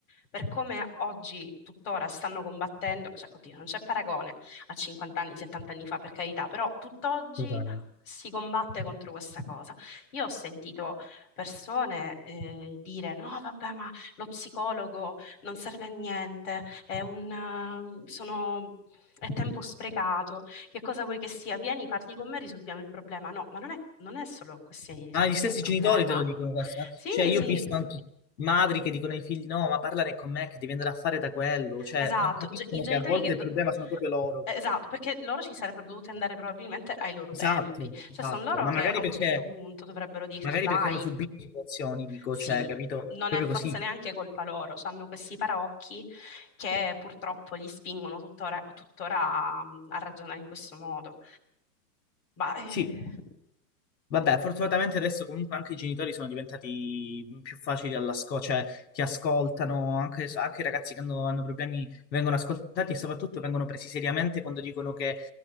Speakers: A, on the left (about 50°); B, on the left (about 80°).
A: per come oggi, tuttora, stanno combattendo, cioè, oddio, non c'è paragone a 50 anni, 70 anni fa, per carità, però tutt'oggi
B: Totalmente.
A: si combatte contro questa cosa. Io ho sentito persone eh, dire no, vabbè, ma lo psicologo non serve a niente, è un, eh, sono- è tempo sprecato, che cosa vuoi che sia? Vieni, parli con me, risolviamo il problema. No, ma non è, non è solo questione di risolvere
B: Ah, gli stessi
A: il problema.
B: genitori te lo dicono questa.
A: Sì,
B: Cioè, io
A: sì,
B: ho visto anche madri che dicono ai figli: no, ma parlane con me che devi andare a fare da quello. Cioè,
A: esatto.
B: non capiscono
A: Ge- I genitori
B: che a volte
A: che...
B: il
A: do-
B: problema sono proprio loro.
A: Esatto, perché loro ci sarebbero dovuti andare probabilmente ai loro
B: Esatto,
A: tempi,
B: esatto.
A: cioè sono loro
B: Ma
A: che
B: magari
A: a un
B: perché,
A: certo punto dovrebbero dirti
B: magari
A: vai,
B: perché hanno subito situazioni, dico,
A: Sì,
B: cioè, capito?
A: non
B: Proprio
A: è forse
B: così.
A: neanche colpa loro, hanno questi paraocchi che purtroppo li spingono tuttora, tuttora a, a ragionare in questo modo. Ma eh,
B: Sì. Vabbè, fortunatamente adesso comunque anche i genitori sono diventati più facili all'ascolto, cioè ti ascoltano, anche, anche i ragazzi che hanno, hanno problemi vengono ascoltati e soprattutto vengono presi seriamente quando dicono che